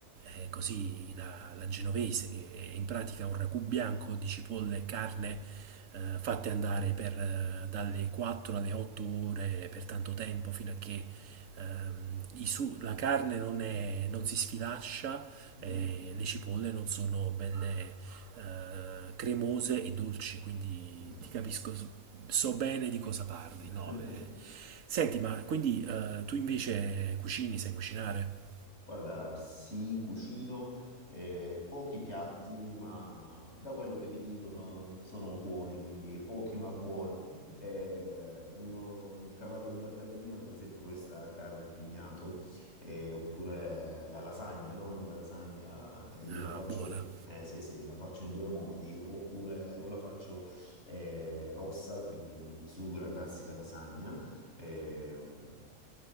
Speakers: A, on the right; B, on the left.
A: eh, così la, la genovese, che è in pratica un ragù bianco di cipolle e carne eh, fatte andare per, eh, dalle 4 alle 8 ore per tanto tempo fino a che ehm, i su- la carne non, è- non si sfilaccia
B: Mm.
A: e le cipolle non sono belle eh, cremose e dolci, quindi
B: Ah.
A: ti capisco, so bene di cosa parli,
B: <laughs>
A: no? eh. Senti, ma quindi eh, tu invece cucini, sai cucinare?
B: Guarda, sì, cucino eh, pochi piatti, ma da quello che mi dicono sono buoni, quindi pochi ma buoni. Eh, uno- un cavallo di battaglia mio, ad esempio, questa carne a pignato, eh, oppure la lasagna, no? La lasagna io
A: Ah,
B: la faccio,
A: buona.
B: eh, sì, sì, la faccio in due modi, oppure o la faccio eh, rossa, quindi con il sugo, la classica lasagna ehm,